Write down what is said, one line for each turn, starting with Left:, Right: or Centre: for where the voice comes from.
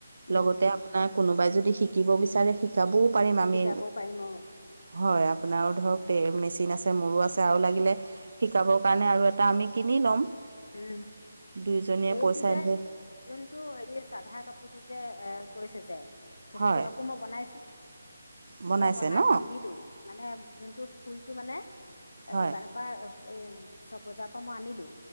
Left: উম
Right: লগতে আপোনাক কোনোবাই যদি শিকিব বিচাৰে শিকাবও পাৰিম আমি
Left: শিকাবও পাৰিম অঁ
Right: হয়, আপোনাৰো ধৰক তে মেচিন আছে মোৰ আছে আৰু লাগিলে শিকাবৰ কাৰণে আৰু এটা আমি কিনি ল'ম।
Left: উম,
Right: দুয়োজনীয়ে
Left: এইটো
Right: পইচা
Left: যে
Right: ইনভেষ্ট
Left: যোনটো হেৰি চাধা কাপোৰটো যে এ কৈছে যে তে
Right: হয়
Left: সেইটো কাপোৰ মই বনাইছো।
Right: বনাইছে
Left: মই বনাই
Right: ন
Left: পিন্ধিলো মানে যোনটো ফুলটো মানে এ
Right: হয়
Left: দোকানৰ পা এয়ে ছব বজাৰ পা মই আনিলো